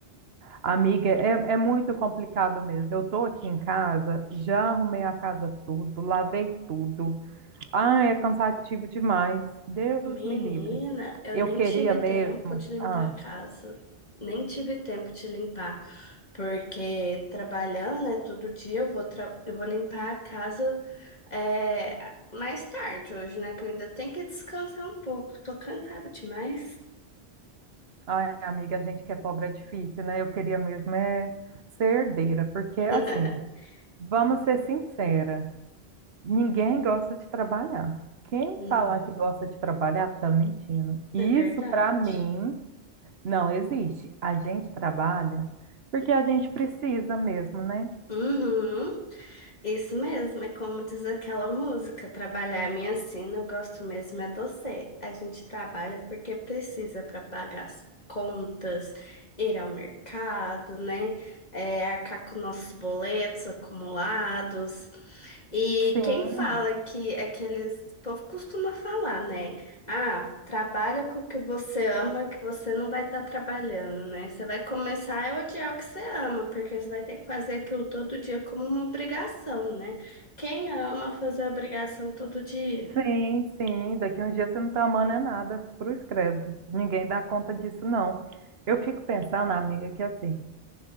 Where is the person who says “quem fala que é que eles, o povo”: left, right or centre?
Left